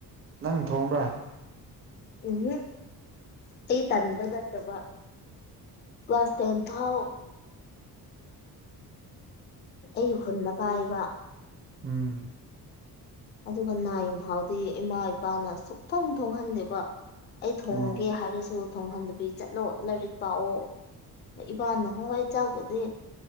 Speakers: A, on the right; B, on the left.
A: ꯅꯪ ꯊꯣꯡꯕ꯭ꯔꯥ
B: ꯎꯝ ꯍꯨꯝ ꯑꯩ ꯇꯟꯗ ꯆꯠꯇꯕ ꯀ꯭ꯂꯥꯁ ꯇꯦꯟ ꯐꯥꯎ ꯑꯩꯒꯤ ꯍꯨꯟꯗ ꯄꯥꯏꯕ
A: ꯎꯝ
B: ꯑꯗꯨꯒ ꯅꯥꯏꯡ ꯐꯥꯎꯗꯤ ꯏꯃꯥ ꯏꯄꯥꯅ ꯁꯨꯛ ꯊꯣꯡ ꯊꯣꯡꯍꯟꯂꯦꯕ ꯑꯩ ꯊꯣꯡꯒꯦ
A: ꯑꯣ
B: ꯍꯥꯏꯔꯁꯨ ꯊꯣꯡꯍꯟꯗꯕꯤ ꯆꯠꯂꯣ ꯂꯥꯏꯔꯤꯛ ꯄꯥꯛꯑꯣ ꯏꯕꯥꯅ ꯍꯣꯏ ꯍꯣꯏ ꯆꯥꯛꯄꯗꯤ